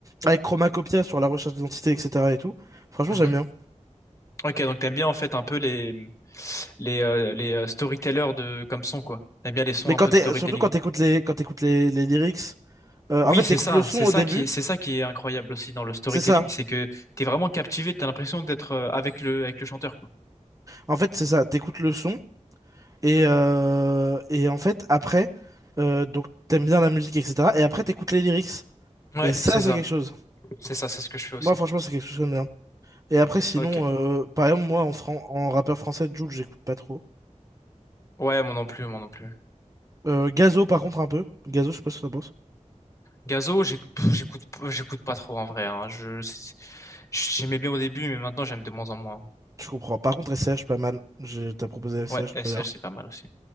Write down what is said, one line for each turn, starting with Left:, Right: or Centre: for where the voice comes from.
Right: Avec Chromacopia sur la recherche d'identité, etc. et tout. Franchement,
Left: Mhm.
Right: j'aime bien.
Left: Ok, donc t'aimes bien en fait un peu les les euh, les euh, storytellers de comme son quoi. T'aimes bien les sons
Right: Mais
Left: un
Right: quand
Left: peu
Right: t'es,
Left: de storytelling.
Right: surtout quand t'écoutes les, quand t'écoutes les, les lyrics, euh,
Left: Oui,
Right: en fait,
Left: c'est
Right: t'écoutes
Left: ça,
Right: le son
Left: c'est
Right: au
Left: ça
Right: début,
Left: qui est, c'est ça qui est incroyable aussi dans le storytelling,
Right: c'est ça.
Left: c'est que t'es vraiment captivé, t'as l'impression d'être euh, avec le avec le chanteur quoi.
Right: En fait, c'est ça. T'écoutes le son. Et, euh, et en fait, après, euh, donc t'aimes bien la musique, etc. Et après, t'écoutes les lyrics.
Left: Ouais,
Right: Et ça,
Left: c'est
Right: c'est
Left: ça,
Right: quelque chose.
Left: c'est ça, c'est ce que je fais aussi.
Right: Moi, franchement, c'est quelque chose que j'aime bien. Et après, sinon,
Left: Ok.
Right: euh, par exemple, moi, en, fran- en rappeur français, Jul, j'écoute pas trop.
Left: Ouais, moi non plus, moi non plus.
Right: Euh, Gazo, par contre, un peu. Gazo, je sais pas ce que t'en penses.
Left: Gazo, j'éc- pff, j'écoute, p- j'écoute pas trop en vrai. hein. Je, c'est- j'aimais bien au début, mais maintenant j'aime de moins en moins.
Right: Je comprends. Par contre, S C H pas mal. Je- T'as proposé S
Left: Ouais,
Right: C H
Left: S
Right: tout à
Left: C
Right: l'heure.
Left: H c'est pas mal aussi.